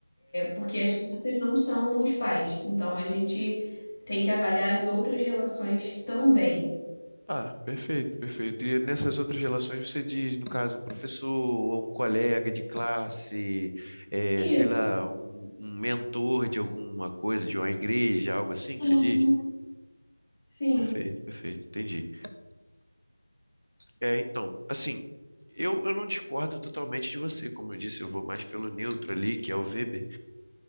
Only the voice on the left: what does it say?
Porque as crianças não são os pais, então a gente tem que avaliar as outras relações também.
Isso.
Sim,
sim.